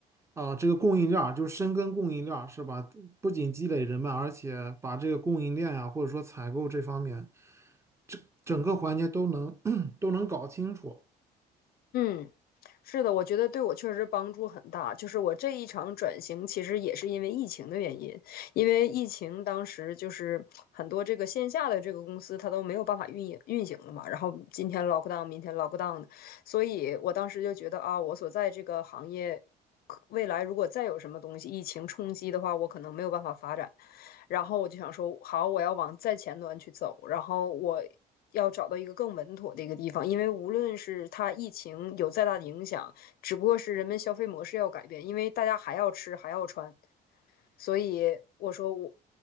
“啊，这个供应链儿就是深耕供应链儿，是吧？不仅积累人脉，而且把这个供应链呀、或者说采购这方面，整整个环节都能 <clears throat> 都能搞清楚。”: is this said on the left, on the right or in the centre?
Right